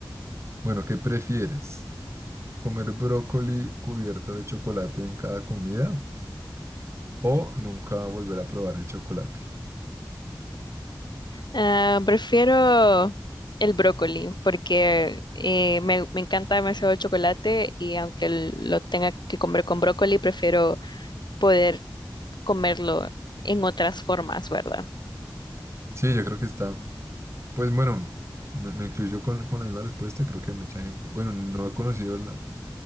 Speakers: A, on the right; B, on the left.
A: Bueno, ¿qué prefieres? ¿Comer brócoli cubierto de chocolate en cada comida o nunca volver a probar el chocolate?
B: Ah, prefiero el brócoli porque eh, me, me encanta demasiado el chocolate y aunque l- lo tenga que comer con brócoli, prefiero poder comerlo en otras formas, ¿verdad?
A: Sí, yo creo que está. Pues bueno, me, me incluyo con, con la misma respuesta. Creo que mucha gente, bueno, no he conocido la-